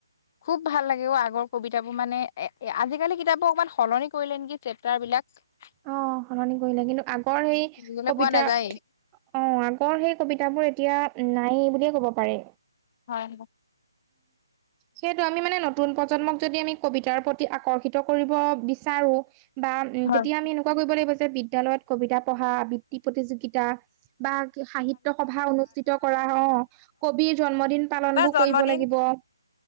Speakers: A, on the left (about 35°); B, on the right (about 20°).
A: খুব ভাল লাগে অ' আগৰ কবিতাবোৰ, মানে এ আজিকালি কিতাপ বোৰ অকমান সলনি কৰিলে নেকি? চেপ্টাৰবিলাক।
B: অ', সলনি কৰিলে, কিন্তু আগৰ সেই
A: পঢ়িবলৈ
B: কবিতা
A: পোৱা নাযায়েই
B: অ', আগৰ সেই কবিতা বোৰ এতিয়া নাই বুলিয়ে ক'ব পাৰে।
A: হয়।
B: সেইটো আমি মানে নতুন প্ৰজন্মক যদি আমি কবিতাৰ প্ৰতি আকৰ্ষিত কৰিব বিচাৰো বা উম
A: হয়
B: তেতিয়া আমি এনেকুৱা কৰিব লাগিব, যে বিদ্যয়ালয়ত কবিতা পঢ়া আবৃত্তি প্ৰতিযোগিতা বা সাহিত্য সভা অনুষ্ঠিত কৰা অ' কবিৰ জন্মদিন পালনবোৰ
A: বা জন্মদিন
B: অ' <unintelligible>